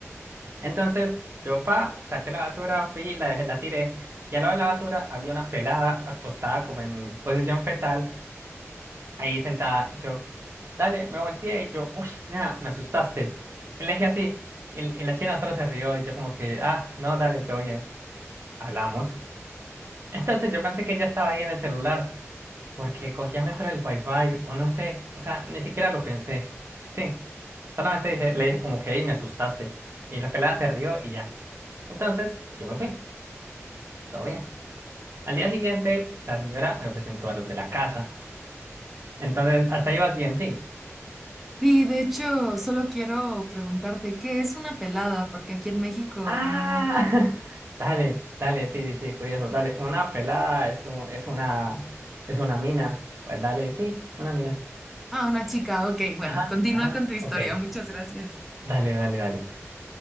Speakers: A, on the right; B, in the centre.
A: Entonces, yo pa, saqué la basura, fui, la dejé, la tiré. Y al lado de la basura había una pelada acostada como en posición fetal, ahí sentada. Yo, dale, me volteé y yo, uff, nada, me asustaste. Y le dije así. Y, y la china solo se rió y yo como que, ah, no, dale, todo bien. Hablamos. Entonces yo pensé que ya estaba ahí en el celular, porque cogía mejor el wifi, o no sé, o sea, ni siquiera lo pensé. Sí, solamente dije- le dije como que, hey, me asustaste. Y la pelada se rió y ya. Entonces yo me fui, todo bien. Al día siguiente, la señora me presentó a los de la casa. Entonces, hasta ahí vas bien, sí.
B: Sí, de hecho, solo quiero preguntarte, ¿qué es una pelada? Porque aquí en México
A: Ah,
B: no...
A: <laughs> dale, dale, sí, sí, sí, curioso, dale. Una pelada es, un- es una, es una mina. Pues dale, sí, una mina.
B: Ah, una chica, ok, bueno,
A: Ajá,
B: continúa
A: ajá,
B: con tu historia,
A: ok.
B: muchas gracias.
A: Dale, dale, dale.